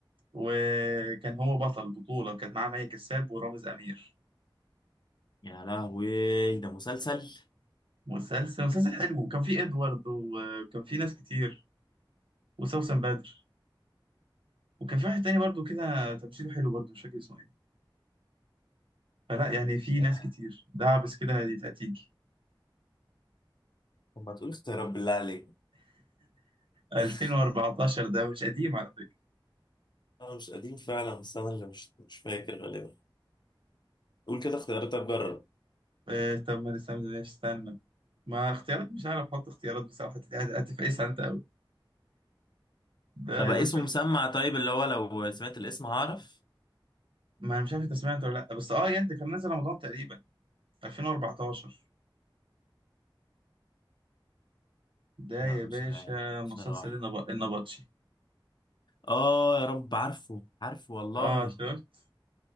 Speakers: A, on the right; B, on the left.
A: وكان هو بطل بطوله كانت معاه مي كساب ورامز امير
B: يا لهوي ده مسلسل
A: مسلسل مسلسل حلو وكان فيه ادوارد وكان فيه ناس كتير وسوسن بدر وكان في واحد تاني برضو كده تمثيله حلو برضو مش فاكر اسمه ايه فلا يعني في ناس
B: ياه.
A: كتير ده عبس كده هتيجي
B: طب ما تقول اختيارات بالله عليك
A: 2014
B: <laughs>
A: ده مش قديم على فكرة
B: انا مش قديم فعلا بس انا اللي مش مش فاكر غالبا قول كده اختيارات طب جرب
A: آه، طب ما نستنى ليش استنى ما اختيارات مش عارف احط اختيارات بصراحة هت- هت- هتفقسها انت قوي ده
B: طب
A: يا
B: اسمه
A: باشا
B: مسمع طيب اللي هو لو سمعت الاسم هعرف
A: ما انا مش عارف انت سمعت ولا لا بس اه يعني ده كان نازل رمضان تقريبا 2014 ده
B: لا
A: يا
B: مش
A: باشا
B: عارف
A: مسلسل
B: بصراحة
A: النب- النبطشي
B: اه يا رب عارفه عارفه والله
A: اه شفت